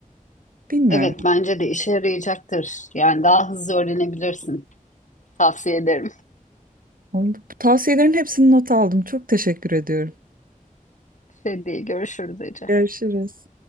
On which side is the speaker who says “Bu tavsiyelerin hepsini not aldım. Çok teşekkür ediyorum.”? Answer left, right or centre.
Right